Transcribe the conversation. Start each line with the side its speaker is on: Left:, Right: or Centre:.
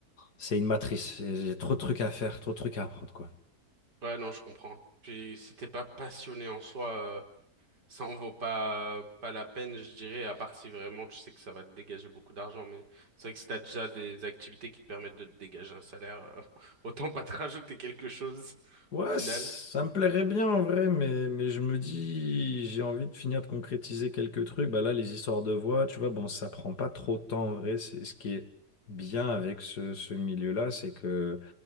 Left: c'est une matrice, j'ai trop de trucs à faire, trop de trucs à apprendre, quoi.
Right: Ouais, non, je comprends. Puis si t'es pas passionné en soi, euh, Ça en vaut pas, pas la peine, je dirais, à part si vraiment tu sais que ça va te dégager beaucoup d'argent. Mais c'est vrai que si t'as déjà des activités qui te permettent de te dégager un salaire, euh, <laughs> autant pas te rajouter quelque chose
Left: Ouais,
Right: au final.
Left: ça me plairait bien en vrai, mais, mais je me dis, j'ai envie de finir de concrétiser quelques trucs. Bah là, les histoires de voix, tu vois, bon, ça prend pas trop de temps en vrai. C'est ce qui est bien avec ce, ce milieu-là, c'est que